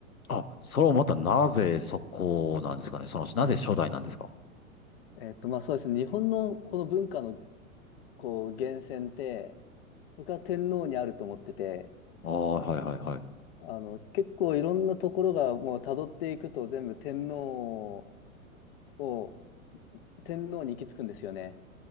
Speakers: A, on the left; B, on the left.
A: あ、それをまたなぜそこなんですかね。その、なぜ初代なんですか
B: えっと、まあそうですね。日本のこの文化の、こう、源泉って、僕は天皇にあると思ってて、
A: ああ、はいはいはい。
B: あの、結構いろんなところがもう辿っていくと全部天皇を、天皇に行き着くんですよね。